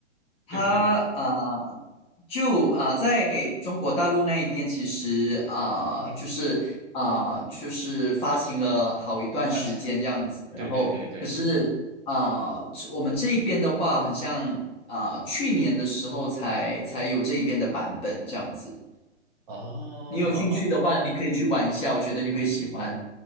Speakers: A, on the left; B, on the right.
A: 它啊、
B: 对不对？
A: 呃就啊、呃在中国大陆那一边，其实啊、
B: <laughs>
A: 呃就是啊、呃就是发行了好一段时间这样子。
B: 蛮长，
A: 然后，
B: 对对对对，
A: 可是啊、呃这我们这一边的话，很像啊、呃去年的时候才才有这一边的版本这样子。
B: 哦哦
A: 你有兴趣的话，你可以去玩一下，我觉得你会喜欢。